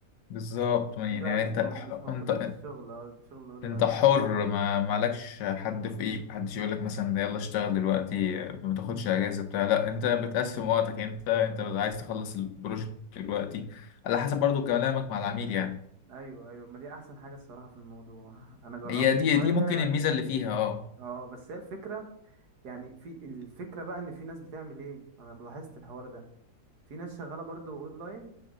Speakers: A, on the left; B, on the right.
A: بالظبط يعني
B: دي بقى مش
A: انت
B: مو... مش موجودة
A: انت
B: في الشغل اه الشغل اونلاين
A: انت حر ما مالكش حد في ايدك محدش يقول لك مثلا ده يلا اشتغل دلوقتي ما تاخدش اجازه بتاع لا انت بتقسم وقتك انت انت عايز تخلص البروجكت دلوقتي على حسب برضو كلامك مع العميل يعني
B: ايوه ايوه ما دي احسن حاجة الصراحة في الموضوع انا جربت
A: هي دي
B: شوية
A: دي ممكن الميزه اللي فيها اه
B: اه بس هي الفكرة يعني في الفكرة بقى ان في ناس بتعمل ايه انا لاحظت الحوار ده في ناس شغالة برضو اونلاين